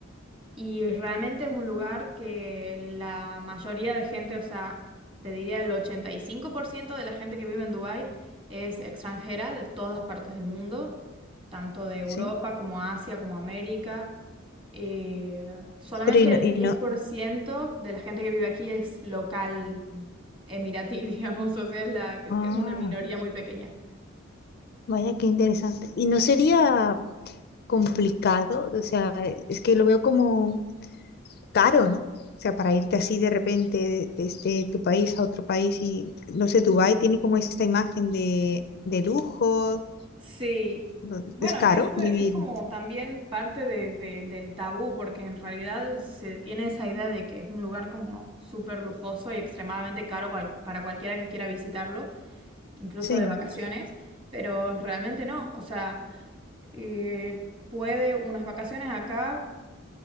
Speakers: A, on the right; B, on the left.
A: Y realmente es un lugar que la mayoría de gente, o sea, te diría el 85% de la gente que vive en Dubái es extranjera de todas partes del mundo, tanto de Europa
B: sí.
A: como Asia como América. Eh, solamente
B: Pero y no, y
A: el 10%
B: no.
A: de la gente que vive aquí es local emiratí, <laughs> digamos, o sea, es, la, es
B: Ah,
A: una minoría muy pequeña.
B: vaya, qué interesante. Y no sería complicado, o sea, es que lo veo como caro, ¿no? O sea, para irte así de repente desde tu país a otro país y, no sé, Dubái tiene como esta imagen de, de lujo.
A: Sí,
B: ¿no?
A: bueno,
B: Es caro
A: eso
B: vivir.
A: es como también parte de- de- del tabú, porque en realidad se tiene esa idea de que es un lugar como súper lujoso y extremadamente caro para, para cualquiera que quiera visitarlo, incluso
B: Sí,
A: de vacaciones, pero realmente no, o sea, eh, puede, unas vacaciones acá